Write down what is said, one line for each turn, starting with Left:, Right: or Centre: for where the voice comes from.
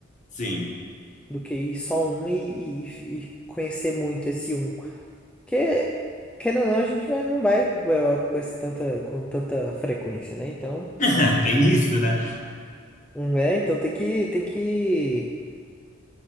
Left: Sim,
Centre: Do que ir só um e, e- e conhecer muito esse um. Porque querendo ou não, a gente vai- não vai para Europa com esse tanta com tanta frequência, né? Então,
Left: <laughs> tem isso, né?
Centre: né? Então tem que tem que